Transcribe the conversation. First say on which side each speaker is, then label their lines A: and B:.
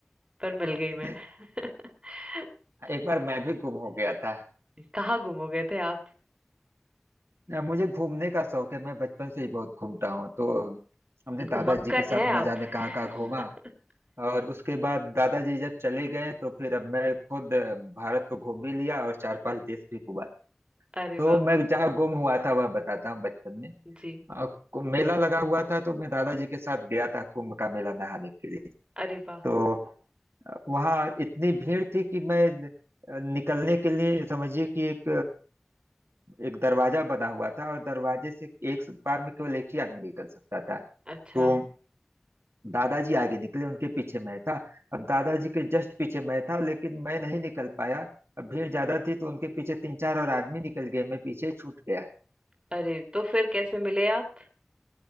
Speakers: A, on the right; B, on the right.
A: पर मिल गई मैं
B: <laughs>
A: <laughs>
B: एक बार मैं भी गुम हो गया था
A: कहाँ गुम हो गए थे आप
B: ना, मुझे घूमने का शौक है मैं बचपन से ही बहुत घूमता हूँ तो हमने दादाजी
A: घुमक्कर
B: के साथ
A: हैं आप
B: न जाने कहाँ कहाँ घूमा
A: <laughs>
B: और उसके बाद दादाजी जब चले गए तो फिर अब मैं खुद भारत को घूम भी लिया और चार पांच देश भी घूमा
A: अरे
B: तो
A: वाह
B: मैं जहाँ गुम हुआ था वह बताता हूँ बचपन में
A: जी
B: और कु- मेला लगा हुआ था तो मैं दादाजी के साथ गया था कुंभ का मेला नहाने के लिए
A: अरे वाह
B: तो अ, वहाँ इतनी भीड़ थी कि मैं अ, निकलने के लिए समझिए कि एक एक दरवाजा बना हुआ था और दरवाजे से एक बार में केवल एक ही आदमी निकल सकता था तो
A: अच्छा
B: दादाजी आगे निकले उनके पीछे मैं था अब दादाजी के जस्ट पीछे मैं था लेकिन मैं नहीं निकल पाया अब भीड़ ज्यादा थी तो उनके पीछे तीन चार और आदमी निकल गए मैं पीछे छूट गया
A: अरे तो फिर कैसे मिले आप